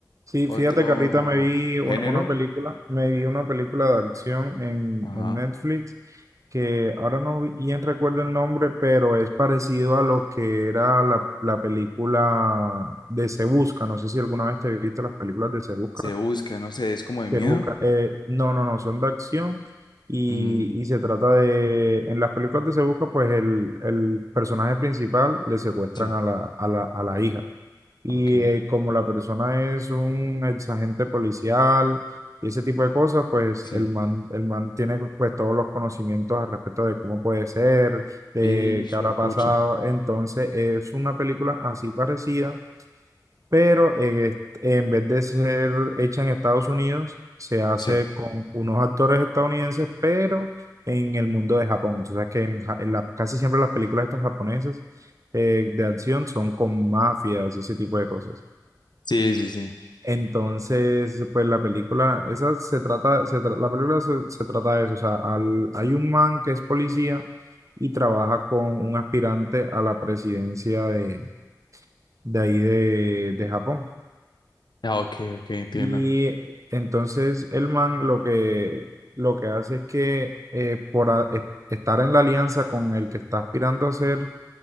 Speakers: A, on the right; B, on the left.
A: Sí,
B: otro
A: fíjate que ahorita me vi un-
B: género?
A: una película, me vi una película de acción en,
B: Ajá.
A: en Netflix que ahora no vi- bien recuerdo el nombre, pero es parecido a lo que era la, la película de Se Busca. No sé si alguna vez te viste las películas de Se Busca.
B: Se busca, no sé, es como de miedo.
A: Se Busca, eh, no, no, no, son de acción y,
B: Mm,
A: y se trata de, en las películas de Se Busca, pues el, el personaje principal le secuestran
B: sí,
A: a la, a la, a la hija. Y
B: ok,
A: eh, como la persona es un ex agente policial y ese tipo de cosas, pues
B: sí.
A: el man, el man tiene pues todos los conocimientos al respecto de cómo puede ser, de
B: Y hijo
A: qué habrá
B: de pucha.
A: pasado. Entonces es una película así parecida, pero en, est- en vez de ser hecha en Estados Unidos, se hace
B: Sí,
A: con unos actores estadounidenses, pero en el mundo de Japón. O sea que en, Ja- en la- casi siempre las películas estas japonesas eh, de acción son con mafias, ese tipo de cosas.
B: sí, sí, sí.
A: Entonces, pues la película, esa se trata, se tra- la película se, se trata de eso, o sea, al- hay un man que es policía y trabaja con un aspirante a la presidencia de, de ahí de, de Japón.
B: Ah, ok, ok, entiendo.
A: Y entonces el man lo que, lo que hace es que eh, por a- e- estar en la alianza con el que está aspirando a ser